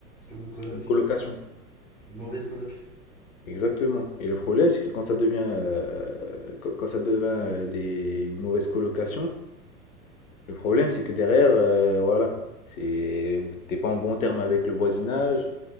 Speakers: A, in the centre; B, on the left (about 60°).
A: comme une coloc,
B: une colocation.
A: une mauvaise coloc.
B: Exactement et le problème, c'est que quand ça devient, heu, quand quand ça devient, heu, des une mauvaise colocation, le problème, c'est que derrière, heu, voilà, c'est t'es pas en bon terme avec le voisinage,